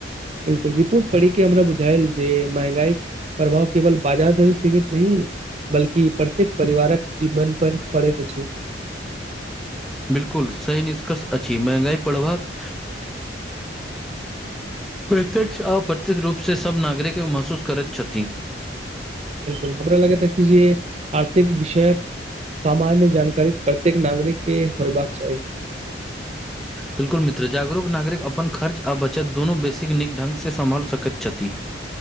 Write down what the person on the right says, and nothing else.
बिल्कुल रिपोर्ट पढ़िके हमरा बुझायल जे महँंगाई प्रभाव केवल बाजार धरि सीमित नहि बल्कि प्रत्येक परिवारक जीवन पर पड़ैत अछि।
बिलकुल हमरा लगैत अछि जे आर्थिक विषयक सामान्य जानकारी प्रत्येक नागरिक के होयबाक चाही।